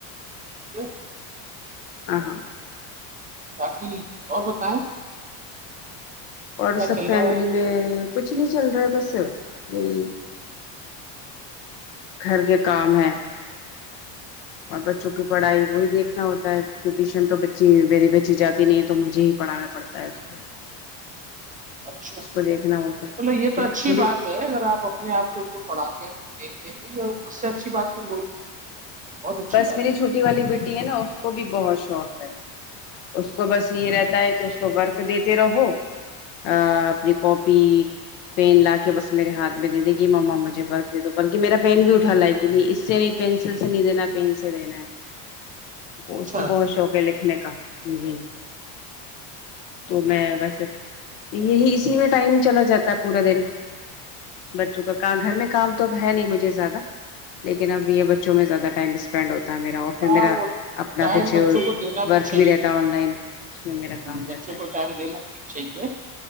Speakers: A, on the right; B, on the left.
A: یہ <inaudible>
B: آ ہاں
A: باقی اور بتائیں
B: اور
A: کیا
B: سب
A: چل
B: فیملی
A: رہا ہے
B: میں کچھ نہیں چل رہا ہے بس نہیںئی گھر کے کام ہے
A: ج <unintelligible>
B: اور بچوں کی پڑھائی وہی دیکھنا ہوتا ہے کی ٹیوشن تو بچی میری بچی جاتی نہیں ہے تو مجھے ہی پڑھانا پڑتا تج <unintelligible>
A: اچھا مطلب
B: دیکھنا ہوتا ہے
A: یہ
B: پھر
A: تو اچھی
B: تھوڑی
A: بات اگر آپ اپنے آپ سے ان کو پڑھاتے ہیں دیکھتے ہیں یا اس سے اچھی بات تو وہئی نہیں بہت اچھی
B: بس
A: بات
B: میری
A: ہے
B: چھوٹی والی بیٹی ہے نا اس کو بھی بہت شوق ہے اس کو بس یہ رہتا ہے کہ اس کو ورک دیتے رہو ا اپنی کوپی پین لا کے بس میرے ہاتھ میں دے دے کہ ماما مجھے برق د دو بلکہ میرا پین بھی اٹھا لا ہے کہ نہیں اس سے نہیں پینسل سے نہیں دینا پین سے دینا ہے
A: اچھا
B: اس کو بہت شوق ہے لکھ نیکنے کا ہو ہو تو میں ویسے یہی اسی میں ٹائم چلا جاتا ہے پورا دن بچوں کا کا گھر میں کام تو اب ہے نہیں مجھے زیادہ لیکن اب یہ بچوں میں زیادہ ٹائم ینڈ ہوتا ہے میرا اور پھر
A: ہاں
B: میرا
A: وہ
B: اپنا
A: ٹائم
B: کچھ
A: بچوں کو دینا
B: ورک
A: چاہیے
B: بھی رہتا ہے آن لائن اس میں میرا کام
A: بچوں
B: رہتا ہے
A: کو ٹائم دینا بھی چاہیے